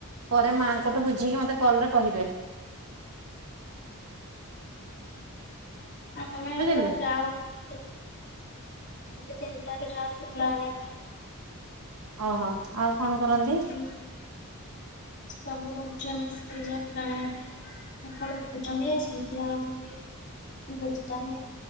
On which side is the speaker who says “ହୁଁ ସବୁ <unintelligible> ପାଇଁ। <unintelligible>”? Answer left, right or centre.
Left